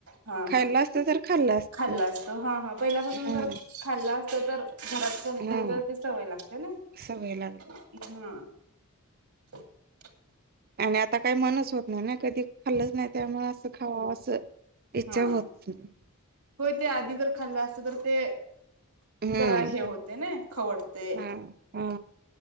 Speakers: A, on the right; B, on the right.
A: हा
B: खाल्लं
A: हा
B: असतं तर खाल्लं असतं
A: खाल्ल असत हा हा पहिल्यापासून
B: हम्म
A: जर खालल अस. तर घरात कोणी तरी
B: हा
A: तर ती सवय लागते ना
B: सवय लागली
A: हा.
B: असती
A: <unintelligible>
B: आणि आता काही मनच होत ना ना कधी खाल्लच नाही त्यामुळे असं खावा असं. इच्छा
A: हां
B: होतच नाही
A: होय ते आधी जर खाल्लं असत तर ते
B: हम्म
A: जरा हे होतंय नाही खाऊ वाटतंय.
B: हा हा